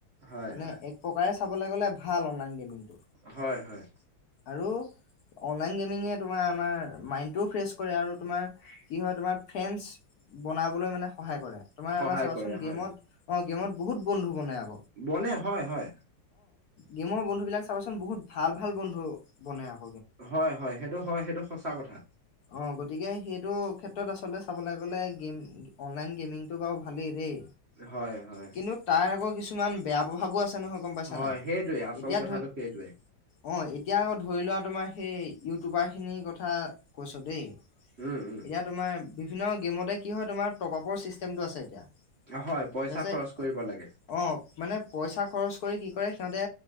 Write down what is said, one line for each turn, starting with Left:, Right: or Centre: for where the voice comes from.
Right: হয়
Left: মানে
Right: হয়
Left: এক প্ৰকাৰে চাবলে গ'লে ভাল অনলাইন গেমিং টো
Right: হয় হয়
Left: আৰু অনলাইন গেমিং এ তোমাৰ আমাৰ মাইণ্ড টোও ফ্ৰেছ কৰে আৰু তোমাৰ কি হয় তোমাৰ ফ্ৰে <unintelligible> বনাবলৈ মানে সহায় কৰে তোমাৰ
Right: সহায়
Left: আমাৰ চাবাচোন
Right: কৰে
Left: গেমত
Right: হয়
Left: অ গেমত বহুত বন্ধু বনাই আৰু
Right: বনে হয় হয়
Left: গেমৰ বন্ধু বিলাক চাবচোন বহুত ভাল ভাল বন্ধু বনে আৰু
Right: হয় হয় সেইটো হয় সেইটো সঁচা কথা
Left: অ গতিকে সেইটো ক্ষেত্ৰত আচলতে চাবলৈ গ'লে গেম অনলাইন গেমিংটো বাৰু ভালেই দেই
Right: হয় হয়
Left: কিন্তু তাৰ আকৌ কিছুমান বেয়া প্ৰভাৱো আছে গম পা
Right: হয়
Left: নাই
Right: সেইটোৱে আচল
Left: এতিয়া
Right: কথাটো সেইটোৱে
Left: অ এতিয়া ধৰি লোৱা তোমাৰ সেই ইউটিউবাৰ খিনিৰ কথা কৈছ দেই
Right: উম উম
Left: এতিয়া তোমাৰ বিভিন্ন গেমতে কি হয় তোমাৰ টপআপৰ ছিষ্টেমটো আছে এতিয়া
Right: হয় পইচা
Left: তাৰপিছত
Right: খৰচ কৰিব লাগে
Left: অ মানে পইচা খৰচ কৰি কি কৰে সিহঁতে